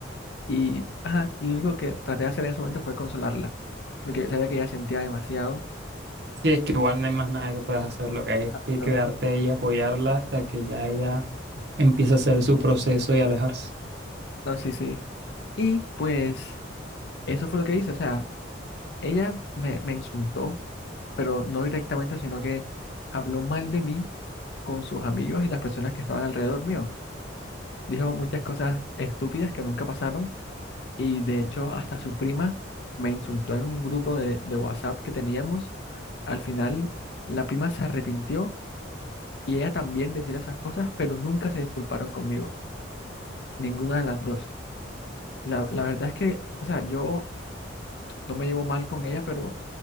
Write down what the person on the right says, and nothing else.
sí, es que igual no hay más nada que puedas hacer, lo que hay es
que quedarte ahí, y apoyarla hasta que ya ella empiece a hacer su proceso y alejarse.